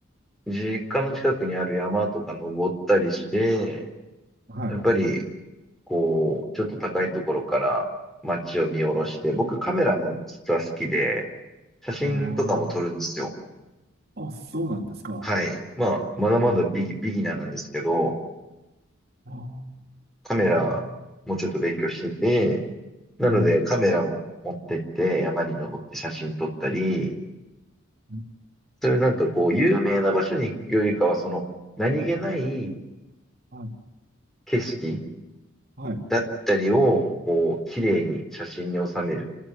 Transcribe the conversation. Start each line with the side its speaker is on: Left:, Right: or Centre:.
Centre: う、実家の近くにある山とか登ったりして、
Right: はい。
Centre: やっぱりこう、ちょっと高いところから街を見下ろして、僕カメラも実は好きで、写真とかも撮るんですよ。
Right: ああ、あ、そうなんですか。
Centre: はい。まあ、まだまだビギ、ビギナーなんですけど、
Right: ああ、
Centre: カメラもちょっと勉強してて、
Right: えー、う
Centre: なのでカメラも持ってって山に登って写真撮ったり、
Right: んうん
Centre: それなんかこう、有名な場所に行くよりかは、その何気ない
Right: はい、
Centre: 景色
Right: はい。う
Centre: だったりを、こう、綺麗に写真に収める